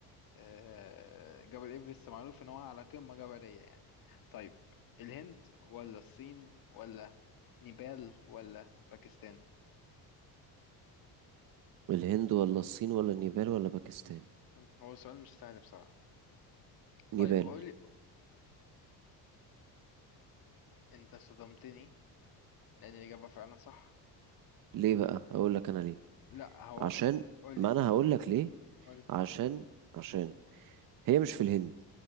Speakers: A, on the left; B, on the right.
A: آه... جبل إيفرست معروف إن هو على قمة جبلية يعني طيب الهند ولا الصين ولا نيبال ولا باكستان
B: الهند ولا الصين ولا نيبال ولا باكستان
A: مم. هو السؤال مش سهل بصراحة
B: نيبال
A: طيب قولي انت صدمتني لان الإجابة فعلا صح
B: ليه بقى هقول لك انا ليه
A: لا هو
B: عشان
A: قولي
B: ما انا هقول لك ليه
A: قولي
B: عشان عشان هي مش في الهند